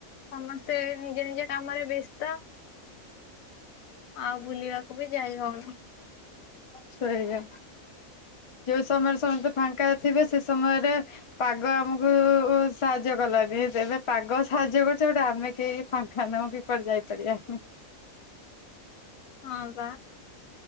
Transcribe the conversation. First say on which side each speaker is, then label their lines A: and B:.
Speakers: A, on the left; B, on the left.
A: ସମସ୍ତେ ନିଜ ନିଜ କାମରେ ବ୍ୟସ୍ତ। ଆଉ ବୁଲିବାକୁ ବି ଯାଇ ହଉନି।
B: ସେଇଆ ଯୋଉ ସମୟରେ ସମସ୍ତେ ଫାଙ୍କା ଥିବେ ସେ ସମୟରେ ପାଗ ଆମକୁ ସାହାଯ୍ୟ କଲାନି ଏବେ ପାଗ ସାହାଯ୍ୟ କରୁଛି ଗୋଟେ ଆମେ କେହି ଫାଙ୍କା ନାହୁ କି କୁଆଡେ ଯାଇପାରିବାନି।
A: ହଁ ବା।